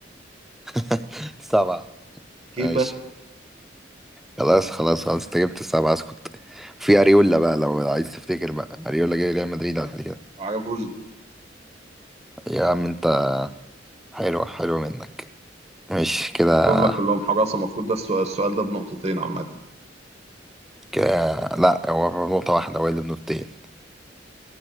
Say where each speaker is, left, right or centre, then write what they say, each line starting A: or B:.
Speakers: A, in the centre; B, on the right (about 35°).
A: <laughs> سبعة
B: كيبا
A: ماشي خلاص خلاص خلاص انت جبت السبعة اسكت في اريولا بقى لو عايز تفتكر بقى اريولا جاي ريال مدريد قبل كده
B: معرفوش
A: يا عم انت حلوة حلوة منك ماشي كده
B: قلتهم لك كلهم حراسه المفروض ده السؤال, السؤال ده بنقطتين عامه
A: كده لا هو بنقطة واحدة هو اللي بنقطتين